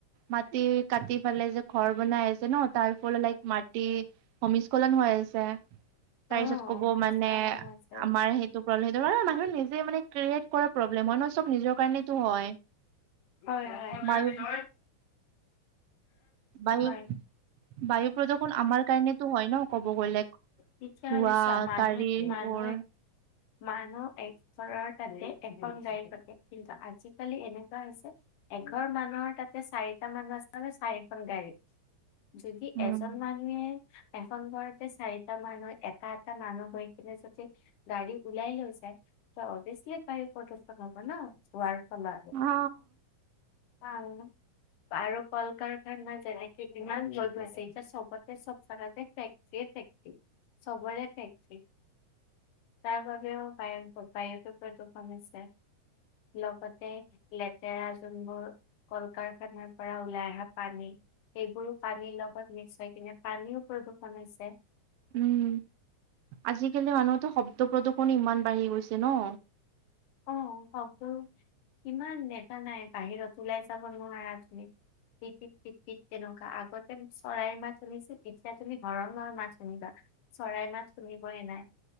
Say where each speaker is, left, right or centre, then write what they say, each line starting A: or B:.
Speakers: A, on the right (about 75°); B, on the left (about 80°).
A: মাটি -কাটি পেলাই যে ঘৰ বনাই আছে ন' তাৰ ফল লাইক মাটি। ভূমিস্খলন হৈ আছে তাৰপিছত
B: অ
A: কব
B: ভূমিস্খলন
A: মানে,
B: হৈ আছে
A: আমাৰ সেই। প্ৰব্লেম হয় মানুহে নিজে মানে ক্ৰিয়েট কৰা প্ৰব্লেম মানুহ চব নিজৰ কাৰণেতো হয়।
B: হয়-হয়।
A: বায়ু বায়ু।
B: হয়
A: বায়ু প্ৰদূষণ আমাৰ কাৰণেতো হয় ন' ক'ব গলে
B: তেতিয়াহ'লে
A: ধোৱা
B: চোৱা মানুহ
A: গাড়ী সেইবোৰ।
B: মানুহে
A: <inaudible>
B: মানুহ এক ঘৰৰ তাতে এখন গাড়ী থাকে, কিন্তু আজিকালি এনেকুৱা হৈছে এঘৰ মানুহৰ তাতে চাৰিটা মানুহ আছে। মানে চাৰিখন গাড়ী যদি
A: উম
B: এজন মানুহে। এখন ঘৰতে চাৰিটা মানুহ এটা এটা মানুহ হৈ কিনে যদি। গাড়ী ওলাই লৈ যায়, ত অভিয়েচলি বায়ু প্ৰদূষণ হব ন। <inaudible> ফালা
A: অ
B: আহ আৰু কল -কাৰখানা যেনেকে কিমান হৈ গৈ আছে। এতিয়া চবতে চব জাগাতে ফেক্টৰী এ ফেক্টৰী। চবৰে ফেক্টৰী। তাৰ বাবেও বায়ুৰ বায়ুতো প্ৰদূষণ আছে। লগতে লেতেৰা যোনবোৰ কল কাৰখানাৰ পৰা ওলাই অহা পানী সেইবোৰো পানীৰ লগত মিক্স হৈ কিনে পানীও প্ৰদূষণ হৈছে।
A: উম আজিকালি মানুহতো শব্দ প্ৰদূষণো ইমান বাঢ়ি গৈছে ন'।
B: অ' শব্দ ইমান দেকা নাই বাহিৰত ওলাই যাব নোৱাৰা তুমি। পিত- পিত- পিত- পিত তেনেকুৱা আগতে চৰাইৰ মাছ শুনিছো এতিয়া তুমি হৰনৰ মাত শুনিবা। চৰাই মাত শুনি বই নাই